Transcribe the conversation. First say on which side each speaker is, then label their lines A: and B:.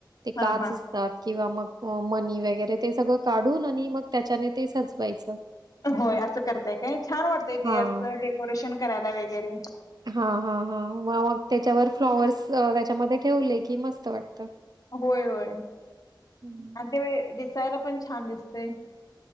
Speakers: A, on the right (about 60°); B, on the left (about 50°).
A: काच
B: हा हा.
A: असतात किंवा मग मनी वगैरे ते सगळं काढून आणि मग त्याच्याने ते सजवायचं.
B: होय असं करताय काय छान वाटतंय
A: हां.
B: ते असं डेकोरेशन करायला वगैरे.
A: हा हा हा मग मग त्याच्यावर फ्लॉवर्स त्याच्यामध्ये ठेवले की मस्त वाटतं.
B: होय होय
A: हं.
B: आणि ते दिसायला पण छान दिसतंय.